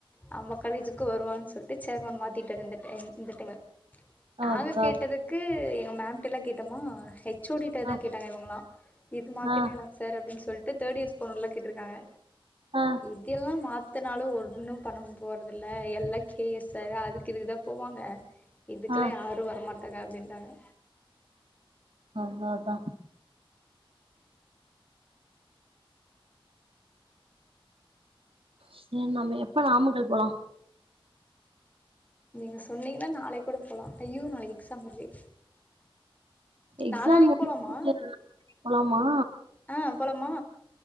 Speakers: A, on the left; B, on the right.
A: நம்ப காலேஜிக்கு வருவாங்கன்னு சொல்ட்டு சேர்மேன் மாத்திட்டாரு இந்த டைம் இந்த டைமு நாங்க
B: அதா
A: கேட்டதுக்கு எங்க மேம் இதுல கேட்டோமா ஹெச்சோடிட்ட
B: அதா
A: தா
B: ஆ
A: கேட்டாங்க இவுங்களா இது மாத்தினிங்லா
B: ஆ
A: சார் அப்புடினு சொல்ட் தேடியர்ஸ் போனுல்ல கேட்ருக்காங்க
B: ஆ
A: இதெல்லா மாத்தனாலே ஒன்னு பண்ண போறதில்ல எல்லைப் கேஎஸ்ஆர் அதுக்கு இதுக்கு தா போவாங்க இதுக்கெல்லா
B: ஆ
A: யாரு வரமாட் ங்க அப்டின்டாங்க
B: அவ்ளோதா சரி நம்ம எப்ப நாமக்கல் போலா
A: நீங்க சொன்னீங்னா நாளைக்கு கூட போலா ஐயோ நாளைக்கு எக்ஸாம் வருதே
B: எக்ஸாம்
A: நாளானைக்
B: முடிஞ்சுட்டு
A: போலாமா
B: போலாமா
A: ஆ போலாமா